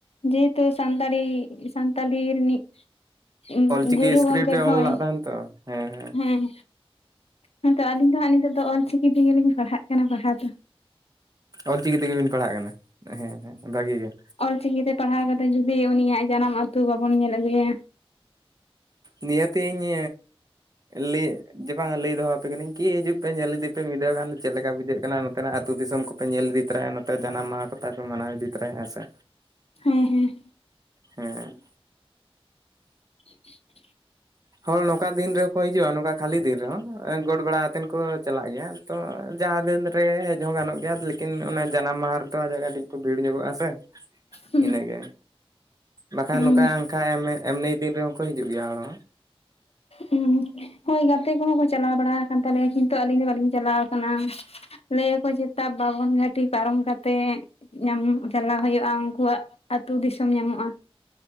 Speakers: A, on the left (about 85°); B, on the right (about 40°).
A: ᱡᱮᱦᱮᱛᱩ ᱥᱟᱱᱛᱟᱲᱤ ᱥᱟᱱᱛᱟᱲᱤ ᱨᱤᱱᱤᱡ <unintelligible>
B: ᱚᱞᱪᱤᱠᱤ
A: ᱜᱩᱨᱩ
B: ᱥᱠᱨᱤᱯᱴ
A: ᱜᱚᱝᱠᱮ
B: ᱨᱮ
A: ᱦᱳᱭ
B: ᱚᱞ ᱞᱟᱜ ᱛᱟᱦᱮᱱ ᱛᱚ ᱦᱮᱸ
A: ᱦᱮᱸ ᱦᱮᱸ ᱛᱚ ᱟᱹᱞᱤᱧ ᱫᱚ ᱦᱟᱸᱜ ᱱᱤᱛᱚᱜ ᱫᱚ ᱚᱞᱪᱤᱠᱤ ᱛᱮᱜᱮ ᱞᱤᱧ ᱯᱟᱲᱦᱟᱜ ᱠᱟᱱᱟ ᱯᱟᱲᱦᱟᱣ ᱫᱚ
B: ᱚᱞᱪᱤᱠᱤ ᱛᱮᱜᱮ ᱵᱤᱱ ᱯᱟᱲᱦᱟᱜ ᱠᱟᱱᱟ ᱦᱮᱸᱻᱦᱮᱸᱻ ᱵᱷᱟᱹᱜᱤ ᱜᱮ
A: ᱪᱤᱠᱤ ᱛᱮ ᱯᱟᱲᱦᱟᱣ ᱠᱟᱛᱮ ᱡᱩᱫᱤ ᱩᱱᱤᱭᱟᱜ ᱡᱟᱱᱟᱢ ᱟᱹᱛᱩ ᱵᱟᱵᱚᱱ ᱧᱮᱞ ᱟᱹᱜᱩᱭᱟ᱾
B: ᱱᱤᱭᱟᱹᱛᱤᱧ ᱞᱟᱹᱭᱟᱹᱜ ᱡᱮ ᱵᱟᱝ ᱞᱟᱹᱭ ᱫᱚᱦᱚ ᱟᱯᱮ ᱠᱟᱹᱱᱟᱹᱧ ᱠᱤ ᱦᱤᱡᱩᱜ ᱯᱮ ᱧᱮᱞ ᱤᱫᱤ ᱯᱮ ᱢᱤᱫ ᱫᱷᱟᱹᱣ ᱜᱟᱱ ᱪᱮᱫ ᱞᱮᱠᱟ ᱵᱩᱡᱷᱟᱹᱜ ᱠᱟᱱᱟ ᱱᱚᱛᱮ ᱱᱟᱜ ᱟᱹᱛᱩ ᱫᱤᱥᱚᱢ ᱠᱚ ᱯᱮ ᱧᱮᱞ ᱤᱫᱤ ᱛᱚᱨᱟᱭᱟ ᱱᱚᱛᱮ ᱡᱟᱱᱟᱢ ᱢᱟᱦᱟ ᱠᱚᱛᱟᱭ ᱯᱮ ᱢᱟᱱᱟᱣ ᱤᱫᱤ ᱛᱚᱨᱟᱭᱟ ᱦᱮᱸ ᱥᱮ
A: ᱦᱮᱸᱻᱦᱮᱸᱻ
B: ᱦᱮᱸ᱾
A: <inaudible>
B: ᱦᱚᱲ ᱱᱚᱝᱠᱟ ᱫᱤᱱ ᱨᱮᱦᱚᱸ ᱠᱚ ᱦᱤᱡᱩᱜᱼᱟ ᱱᱚᱝᱠᱟ ᱠᱷᱟᱹᱞᱤ ᱫᱤᱱ ᱨᱮᱦᱚᱸ ᱟᱸ ᱜᱚᱴ ᱵᱟᱲᱟ ᱟᱛᱮᱱ ᱠᱚ ᱪᱟᱞᱟᱜ ᱜᱮᱭᱟ ᱛᱚ ᱡᱟᱦᱟᱸ ᱫᱤᱱ ᱨᱮ ᱦᱮᱡ ᱦᱚᱸ ᱜᱟᱱᱚᱜ ᱜᱮᱭᱟ ᱛᱤᱱ ᱚᱱᱟ ᱡᱟᱱᱟᱢ ᱢᱟᱦᱟ ᱨᱮᱫᱚ ᱡᱟᱭᱜᱟ ᱴᱤᱜ ᱠᱚ ᱵᱷᱤᱲ ᱧᱚᱜᱚᱜᱼᱟ ᱥᱮ
A: ᱦᱩᱸ
B: ᱤᱱᱟᱹᱜᱮ, ᱵᱟᱠᱷᱟᱱ
A: ᱦᱩᱸ
B: ᱱᱚᱝᱠᱟ ᱟᱝᱠᱷᱟ ᱮᱢ ᱮᱢᱱᱤ ᱫᱤᱱ ᱨᱮᱦᱚᱸ ᱠᱚ ᱦᱤᱡᱩᱜ ᱜᱮᱭᱟ ᱦᱚᱲ ᱦᱚᱸ
A: ᱩᱸ, ᱦᱳᱭ ᱜᱟᱛᱮ ᱠᱚᱦᱚᱸ ᱠᱚ ᱪᱟᱞᱟᱣ ᱵᱟᱲᱟ ᱟᱠᱟᱱ ᱛᱟᱞᱮᱭᱟ ᱠᱤᱱᱛᱩ ᱟᱹᱞᱤᱧ ᱫᱚ ᱵᱟᱹᱞᱤᱧ ᱪᱟᱞᱟᱣ ᱟᱠᱟᱱᱟ, ᱞᱟᱹᱭᱟᱠᱚ ᱪᱮᱛᱟ ᱵᱟᱵᱟᱱ ᱜᱷᱟᱴᱤ ᱯᱟᱨᱚᱢ ᱠᱟᱛᱮᱜ, ᱧᱟᱢ ᱪᱟᱞᱟᱣ ᱦᱩᱭᱩᱜᱼᱟ ᱩᱱᱠᱩᱣᱟᱜ ᱟᱹᱛᱩ ᱫᱤᱥᱚᱢ ᱧᱟᱢᱚᱜᱼᱟ,